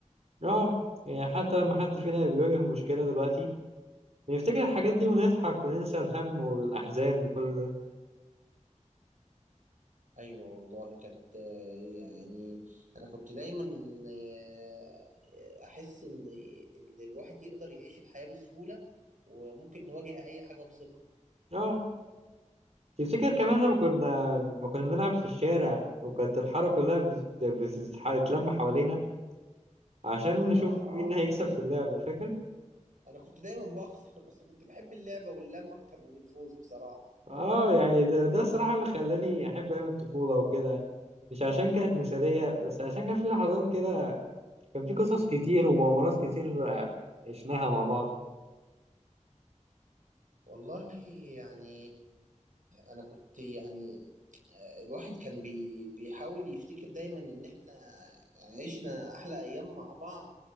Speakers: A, on the right (about 55°); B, on the right (about 85°).
A: اه يعني حتى لما حد فينا بيواجه مشكلة دلوقتي نفتكر الحاجات دي ونضحك وننسى الهم والأحزان وكل ده
B: أيوة والله كانت آه، يعني أنا كنت دايما آه، أحس إن إن الواحد يقدر يعيش الحياة بسهولة وممكن نواجه أي حاجة بثقة
A: اه تفتكر كمان لما كنا ما كنا بنلعب في الشارع وكانت الحارة كلها بت- بتتح- بتتلم حوالينا عشان نشوف
B: آه
A: مين هيكسب في اللعبة فاكر؟
B: أنا كنت دايما بخسر <laughs> بس كنت بحب اللعبة واللمة أكتر من الفوز بصراحة
A: اه يعني ده, ده الصراحة اللي خلاني أحب أيام الطفولة وكده مش عشان كانت مثالية بس عشان كان في لحظات كده كان في قصص كتير ومغامرات كتير آه، عشناها مع بعض
B: والله يعني انا كنت يعني آه، الواحد كان بي بيحاول يفتكر دايما ان احنا عشنا احلى ايام مع بعض